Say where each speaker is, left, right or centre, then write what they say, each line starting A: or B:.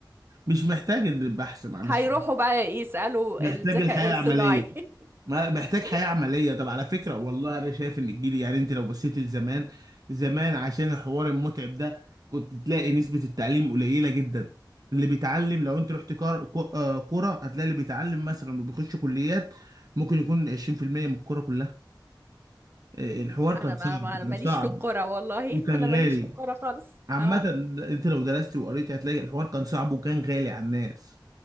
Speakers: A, on the right; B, on the right.
A: مش محتاج البحث معلش
B: هيروحوا بقى يسألوا
A: محتاج
B: الذكاء
A: الحياه العمليه
B: الصناعي <laughs>
A: ما محتاج
B: ايه
A: حياة عملية طب على فكرة والله أنا شايف إن الجيل يعني أنت لو بصيت لزمان زمان عشان الحوار المتعب ده كنت تلاقي نسبة التعليم قليلة جدا اللي بيتعلم لو أنت رحت كار- كو- آه، كرة هتلاقي اللي بيتعلم مثلا اللي بيخش كليات ممكن يكون 20% من الكرة كلها آه، الحوار كان
B: انا ما
A: صعب
B: ما- أنا
A: كان
B: ماليش
A: صعب
B: في الكرة والله <laughs>
A: وكان
B: انا ماليش
A: غالي
B: في الكرة خالص
A: عامة
B: اه
A: أنت لو درست وقريت هتلاقي الحوار كان صعب وكان غالي على الناس